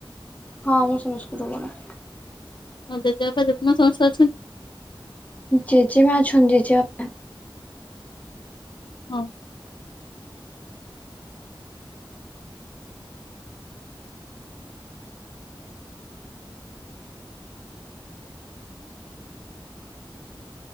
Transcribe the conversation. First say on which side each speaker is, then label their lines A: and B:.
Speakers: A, on the left; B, on the left.
A: ହଁ ଆମ ସମସ୍ତଙ୍କଠୁ ବଡ।
B: ତମ ଜେଜେବାପା ଜେଜେମା ସମସ୍ତେ ଅଛନ୍ତି?
A: ଜେଜେମା ଅଛନ୍ତି ଜେଜେବା
B: ହଁ।